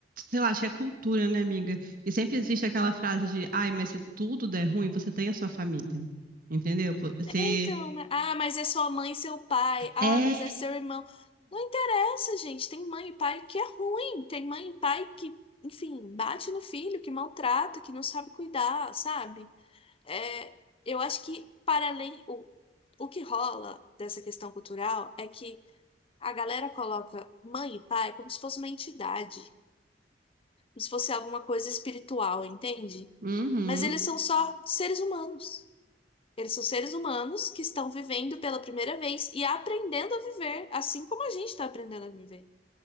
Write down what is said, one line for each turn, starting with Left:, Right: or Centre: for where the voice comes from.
Right: sei lá, acho que é cultura, né, amiga? E sempre existe aquela frase de, ai, mas se tudo der ruim, você tem a sua família. Entendeu? Você
Left: é então, né? ah, mas é sua mãe e seu pai, ah,
Right: É.
Left: mas é seu irmão. Não interessa, gente, tem mãe e pai que é ruim, tem mãe e pai que, enfim, bate no filho, que maltrata, que não sabe cuidar, sabe? É, eu acho que para além o, o que rola dessa questão cultural é que a galera coloca mãe e pai como se fosse uma entidade, como se fosse alguma coisa espiritual, entende?
Right: Uhum.
Left: Mas eles são só seres humanos. Eles são seres humanos que estão vivendo pela primeira vez e aprendendo a viver, assim como a gente está aprendendo a viver.